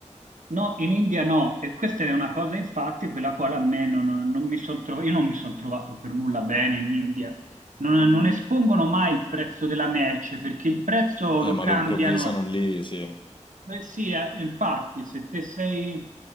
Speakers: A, on the right; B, on the left.
A: No, in India no, e questa è una cosa infatti per la quale a me non, non mi sono trovato, io non mi sono trovato per nulla bene in India. Non, non espongono mai il prezzo della merce perché il prezzo
B: Eh,
A: lo
B: ma
A: cambiano.
B: lo improvvisano lì, sì.
A: Beh, sì, eh, infatti, se te sei